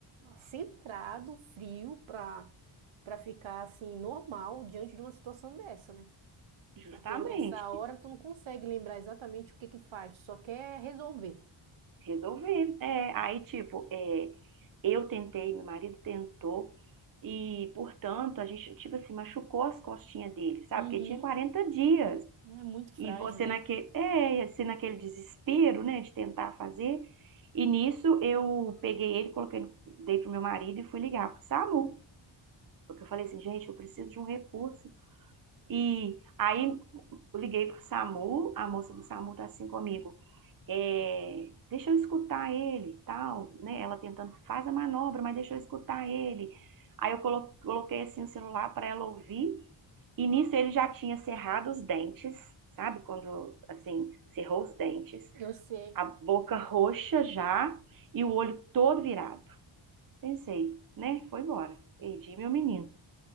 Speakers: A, on the right (about 70°); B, on the right (about 45°).
A: centrado, frio pra para ficar assim normal diante de uma situação dessa, né?
B: Justamente,
A: Porque nessa hora tu não consegue lembrar exatamente o que que faz, tu só quer resolver.
B: resolver. É, aí, tipo, é, eu tentei, meu marido tentou, e, portanto, a gente, tipo assim, machucou as costinhas dele, sabe?
A: Uhum.
B: Porque ele tinha 40 dias.
A: É muito frágil,
B: E você
A: né?
B: naquele, é, assim, naquele desespero, né, de tentar fazer. E nisso eu peguei ele, coloquei, dei pro meu marido e fui ligar pro SAMU. Porque eu falei assim, gente, eu preciso de um recurso. E aí eu liguei pro SAMU, a moça do SAMU tá assim comigo. É, deixa eu escutar ele, tal, né? Ela tentando, faz a manobra, mas deixa eu escutar ele. Aí eu colo- coloquei assim o celular para ela ouvir e nisso ele já tinha cerrado os dentes, sabe? Quando, assim, cerrou os dentes,
A: Eu sei.
B: a boca roxa já e o olho todo virado. Pensei, né? Foi embora. Perdi meu menino.